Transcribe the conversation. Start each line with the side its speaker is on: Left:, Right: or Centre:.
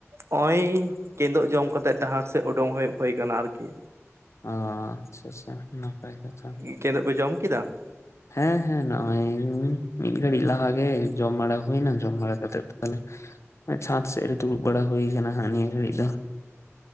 Right: ᱦᱚᱜ-ᱚᱭ ᱠᱮᱫᱩᱜ ᱡᱚᱢ ᱠᱟᱛᱮᱜ ᱰᱟᱦᱟᱨ ᱥᱮᱫ ᱩᱰᱩᱝ ᱦᱳᱩ ᱦᱩᱭ ᱟᱠᱟᱱᱟ ᱟᱨᱠᱤ ᱾
Left: ᱚ ᱟᱪᱪᱷᱟ ᱟᱪᱪᱷᱟ ᱱᱟᱯᱟᱭ ᱠᱟᱛᱷᱟ ᱾
Right: ᱠᱮᱫᱚᱜ ᱯᱮ ᱡᱚᱢ ᱠᱮᱫᱟ ᱾
Left: ᱦᱮᱸ ᱦᱮᱸ ᱱᱚᱜᱼᱚᱭ ᱢᱤᱫ ᱜᱷᱟᱹᱲᱤᱡ ᱞᱟᱦᱟ ᱜᱮ ᱡᱚᱢ ᱵᱟᱲᱟ ᱦᱩᱭᱱᱟ ᱡᱚᱢ ᱵᱟᱲᱟ ᱠᱟᱛᱮᱜ ᱫᱚ ᱛᱟᱦᱚᱞᱮ ᱪᱷᱟᱸᱫᱽ ᱥᱮᱡ ᱨᱮ ᱫᱩᱲᱩᱵ ᱵᱟᱲᱟ ᱦᱩᱭ ᱟᱠᱟᱱᱟ ᱦᱟᱸᱜ ᱱᱤᱭᱟᱹ ᱜᱷᱟᱹᱲᱤᱡ ᱫᱚ ᱾